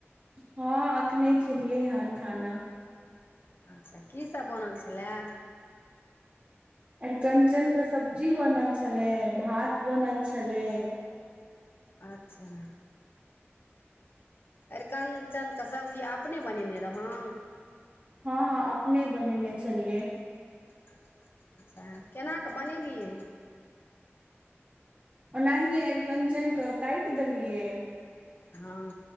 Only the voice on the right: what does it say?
हँ अखने खेलियै हन खाना
अरिकंचन कऽ सब्जी बनल छले भात बनल छले
हँ हँ अपने बनेने छलियै
ओनाहि आरिकंचन कऽ काटि देलियै